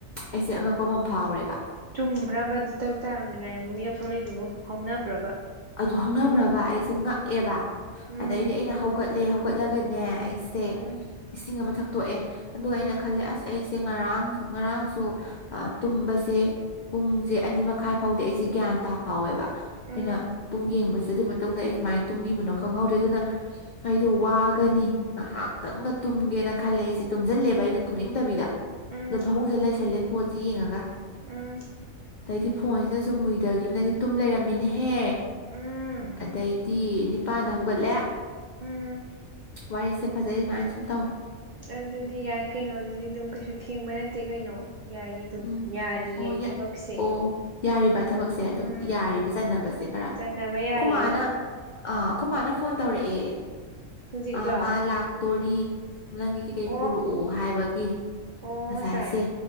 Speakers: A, on the left; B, on the right.
A: ꯑꯩꯁꯦ ꯑꯉꯛꯄ ꯑꯃ ꯐꯥꯎꯔꯦꯕ
B: ꯆꯨꯝꯕ꯭ꯔꯕ ꯑꯗꯨ ꯇꯔꯨꯛ ꯇꯥꯔꯝꯅꯤꯉꯥꯏ ꯃꯤ ꯀꯞꯊꯣꯛꯂꯛꯏꯗꯨꯕ ꯍꯧꯅꯕ꯭ꯔꯕ
A: ꯑꯗꯨ ꯍꯧꯅꯕ꯭ꯔꯕ ꯑꯩꯁꯦ ꯉꯛꯑꯦꯕ
B: ꯎꯝ
A: ꯑꯗꯩꯗꯤ ꯑꯩꯅ ꯍꯧꯒꯠꯂꯦ ꯍꯧꯒꯠꯂꯒꯅꯦ ꯑꯩ ꯁꯦ
B: ꯎꯝ
A: ꯏꯁꯤꯡ ꯑꯃ ꯊꯛꯇꯣꯛꯑꯦ ꯑꯗꯨꯒ ꯑꯩꯅ
B: ꯎꯝ
A: ꯈꯜꯂꯦ ꯑꯁ ꯑꯩꯁꯦ ꯉꯔꯥꯡ ꯉꯔꯥꯡꯁꯨ ꯇꯨꯝꯕꯁꯦ ꯄꯨꯡꯁꯦ ꯑꯅꯤ ꯃꯈꯥꯏ ꯐꯥꯎꯗꯤ ꯑꯩꯁꯦ ꯒ꯭ꯌꯥꯟ ꯇꯥꯍꯥꯎꯋꯦꯕ
B: ꯎꯝ
A: ꯑꯩꯅ ꯄꯨꯡ ꯌꯦꯡꯕꯁꯤ ꯑꯗꯨ ꯇꯨꯝꯃꯦ ꯑꯩ ꯀꯃꯥꯏꯅ ꯇꯨꯝꯈꯤꯕꯅꯣ ꯈꯪꯍꯧꯗ꯭ꯔꯦ ꯑꯗꯨꯅ ꯑꯩꯗꯣ ꯋꯥꯒꯅꯤ ꯉꯥꯏꯍꯥꯛꯇꯪꯒ ꯇꯨꯝꯒꯦꯅ ꯈꯜꯂꯦ ꯑꯩꯁꯦ ꯇꯨꯝꯖꯜꯂꯦꯕ ꯑꯩꯅ ꯇꯨꯝꯅꯤꯡꯗꯕꯤꯗ
B: ꯎꯝ
A: ꯑꯗꯨꯝ ꯐꯃꯨꯡꯁꯗ ꯂꯩꯁꯜꯂꯦ ꯐꯣꯟꯁꯦ ꯌꯦꯡꯉꯒ
B: ꯎꯝ
A: ꯑꯗꯩꯗꯤ ꯐꯣꯟꯁꯤꯅ ꯁꯨꯝ ꯃꯨꯏꯗꯈꯤꯕꯅ ꯑꯩꯗꯤ ꯇꯨꯝ ꯂꯩꯔꯝꯃꯦꯅꯦꯍꯦ
B: ꯎꯝ
A: ꯑꯗꯩꯗꯤ ꯅꯤꯄꯥꯥꯟꯗ ꯍꯧꯒꯠꯂꯦ
B: ꯎꯝ
A: ꯋꯥꯔꯤꯁꯦ ꯐꯖꯩ ꯑꯗꯨꯃꯥꯏꯅ ꯁꯨꯝ ꯇꯧꯋꯦ
B: ꯑꯗꯨꯗꯤ ꯌꯥꯏ ꯀꯩꯅꯣ ꯑꯗꯨꯗꯤ ꯑꯗꯨꯝ ꯀꯩꯁꯨ ꯊꯦꯡꯕ ꯅꯠꯇꯦ ꯀꯩꯅꯣ ꯌꯥꯏꯌꯦ ꯑꯗꯨꯝ
A: ꯎꯝ
B: ꯌꯥꯔꯤꯌꯦ
A: ꯑꯣ ꯌꯥ
B: ꯊꯕꯛꯁꯦ
A: ꯑꯣ ꯌꯥꯔꯤꯕ ꯊꯕꯛꯁꯦ ꯑꯗꯨꯝ
B: ꯎꯝ
A: ꯌꯥꯔꯤꯕ ꯆꯟꯅꯅꯕꯁꯦ ꯈꯔ
B: ꯆꯟꯅꯕ ꯌꯥꯔꯤ
A: ꯈꯨꯃꯥꯅ
B: ꯑꯗꯨꯝ
A: ꯑꯥ ꯑꯩꯈꯣꯏ ꯃꯥꯅ ꯐꯣꯟ ꯇꯧꯔꯛꯑꯦ
B: ꯍꯧꯖꯤꯛꯂꯣ
A: ꯑꯥ ꯃꯥ ꯂꯥꯛꯇꯣꯔꯤ ꯅꯪꯒꯤ
B: ꯑꯣ
A: ꯀꯩ ꯄꯨꯔꯛꯑꯣ ꯍꯥꯏꯕꯒꯤ
B: ꯑꯣ
A: ꯉꯁꯥꯏꯁꯦ
B: ꯉꯁꯥꯏ